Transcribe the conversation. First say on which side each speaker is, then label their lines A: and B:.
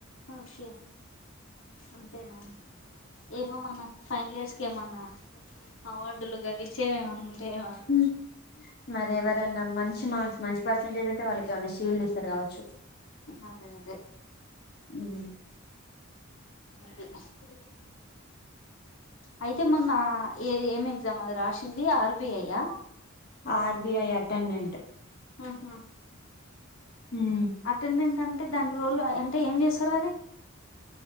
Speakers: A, on the left; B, on the left.
A: ఓకే అంతేనా ఏమమన్నా ఫైనైనల్ ఇయర్స్ క ఏమనా అవార్డులు గవిచేవిమన్నా ఉంటాయ
B: ఉమ్, మరి ఎవరైన్నా మంచి మార్క్స్ మంచి పర్సెంటేజ్ ఉంటే వాళ్ళకిమన్నా షీల్డ్ ఇస్తారు కావచ్చు
A: అదే అదే
B: ఉమ్,
A: అ
B: అ
A: అయితే మొన్న ఏ ఏమి ఎగ్జామ్ అది రాసింది ఆర్బిఐయా
B: ఆర్బిఐ అటెండెంట్
A: ఆహా
B: ఉమ్,
A: అటెండెంట్ అంటే దాని రోల్ అంటే ఏం చేస్తారు అది